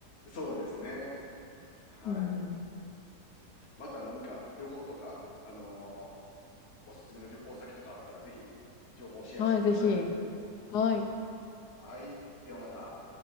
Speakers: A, on the left (about 45°); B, on the left (about 85°).
A: そうですね。はい。
B: うんうん。
A: また何か旅行とか、あのーおすすめの旅行先とかあったらぜひ情報をシェアしてください。
B: はい、ぜひ。はい。
A: はい。ではまた。